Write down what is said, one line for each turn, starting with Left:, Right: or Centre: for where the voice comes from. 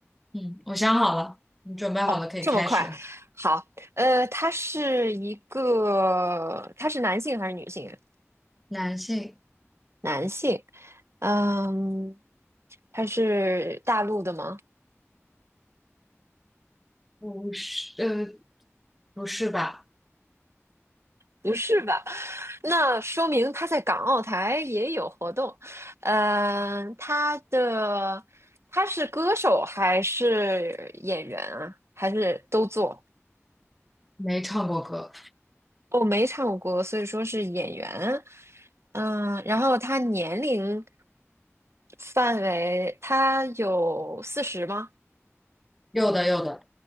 Centre: 嗯，我想好了，你准备好了可以开始。
Right: 哦，这么快？好，呃，他是一个，他是男性还是女性啊？
Centre: 男性，
Right: 男性。嗯，他是大陆的吗？
Centre: 不是，呃，不是吧？
Right: 不是吧？那说明他在港澳台也有活动。嗯、呃，他的他是歌手还是演员啊？还是都做？
Centre: 没唱过歌，
Right: 我没唱过歌，所以说是演员。嗯、然后他年龄范围，他有四十吗？
Centre: 有的有的，